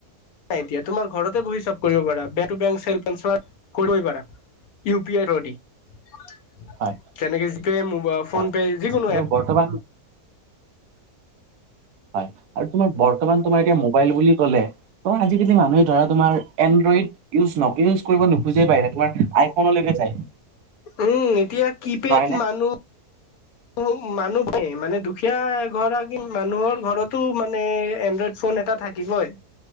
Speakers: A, on the left; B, on the right.
A: নাই এতিয়া। তোমাৰ ঘৰতে বহি সব কৰিব পাৰা। Bank to bank self transfer কৰিবই পাৰা। ইউ পি আই ৰ থ্রো দি।
B: হয়
A: তেনেকে জি পে, মোবা ফোন
B: হয়
A: পে, যিকোনো
B: আৰু
A: এপ
B: বৰ্তমান হয়। আৰু তোমাৰ বৰ্তমান তোমাৰ এতিয়া মোবাইল বুলি ক'লে, তোমাৰ আজি-কালি মানুহে ধৰা, তোমাৰ এই ইউজ-ইউজ-নক ইউজ কৰিব নোখোজেই বাহ, তোমাৰ আইফ'নলৈকে যায়।
A: উম, এতিয়া কি পেড
B: নহয় নে
A: মানুহ <unintelligible> মানুহে মানে দুখীয়া ঘৰৰ কি, মানুহৰ ঘৰতো মানে এনড্ৰ'ইড ফোন এটা থাকিবই হয়,